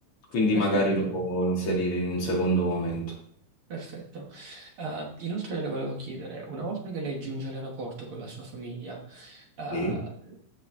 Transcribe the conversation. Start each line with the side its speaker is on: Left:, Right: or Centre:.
Left: quindi
Right: Perfetto.
Left: magari lo può inserire in un secondo momento.
Right: Perfetto. Eh, inoltre le volevo chiedere, una volta che lei giunge all'aeroporto con la sua famiglia, eh,
Left: Sì,